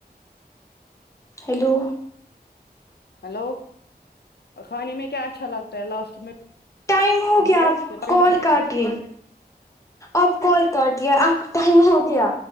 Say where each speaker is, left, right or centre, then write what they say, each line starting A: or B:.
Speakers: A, on the left; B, on the left.
A: ہیلو
B: ہیلو کھانے میں کیا اچھا لگتا ہے لاسٹ میں
A: ٹائم ہو
B: بولو
A: گیا آپ
B: پھر
A: کال کاٹیے اب کال کرٹیا آپ کا ٹائم ہو گیا